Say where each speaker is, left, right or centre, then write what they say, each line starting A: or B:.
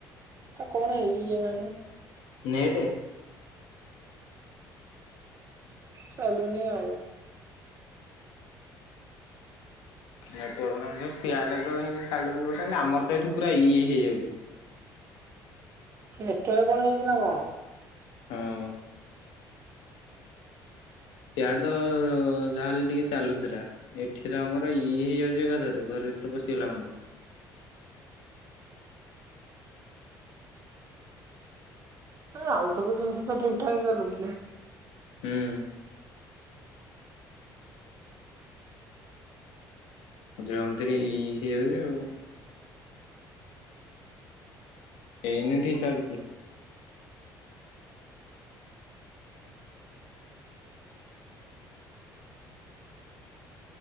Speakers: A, on the right (about 40°); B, on the left (about 80°).
A: ଆ କଣ ହେଇଛି କେ ଜାଣି।
B: ନେଟେ।
A: ଚାଲୁନି ଆଉ।
B: ନେଟୱାର ନାହିଁ ଯୋଉ ସିଆଡେ ତ ଚାଲୁନି ଟୋଟାଲି ଆମର ତ ଏଠି ପୁରା ଇ ହେଇଯାଉଛି।
A: ନେଟୱାରେ କଣ ହେଇଛି ନା କଣ?
B: ହଁ। ସିଆଡେ ତ ଯାହାହେଲେ ଟିକେ ଚାଲୁଥିଲା। ଏଠି ତ ଆମର ଇ ହେଇଯାଉଛି ଏକା ଥରେ ଘରେ ଭିତରେ ପଶିଗଲା ମାନେ।
A: ଆଉ ସବୁ ଜିନିଷ ତ ଠିକ୍ ଠାକ୍ ଚାଲୁଛି।
B: ହୁଁ। <inaudible> ଏଇନେ ଠିକ୍ ଚାଲଚି।